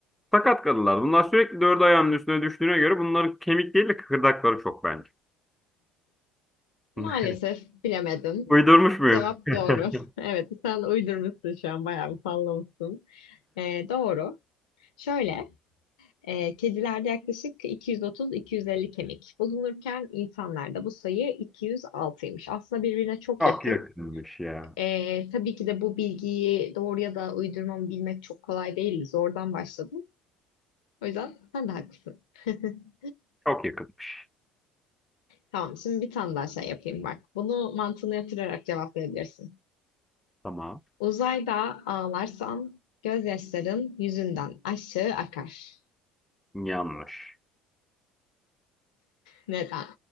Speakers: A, in the centre; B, on the left.
A: Sakat kalırlar. Bunlar sürekli dört ayağının üstüne düştüğüne göre bunların kemik değil de kıkırdakları çok bence. <laughs>
B: Maalesef bilemedin.
A: Uydurmuş muyum?
B: Cevap
A: <laughs>
B: doğru. <laughs> Evet, sen uydurmuşsun şu an bayağı bir sallamışsın. Ee, doğru. Şöyle, e, kedilerde yaklaşık 230-250 kemik bulunurken insanlarda bu sayı 206'ymış. Aslında birbirine çok
A: Çok
B: yakın.
A: yakınmış ya.
B: Ee, tabii ki de bu bilgiyi doğru ya da uydurma mı bilmek çok kolay değildi. Zordan başladım. O yüzden sen de haklısın. <laughs>
A: Çok yakınmış.
B: Tamam, şimdi bir tane daha şey yapayım bak. Bunu mantığını yatırarak cevaplayabilirsin.
A: Tamam.
B: Uzayda ağlarsan gözyaşların yüzünden aşağı akar.
A: Yanlış.
B: Neden?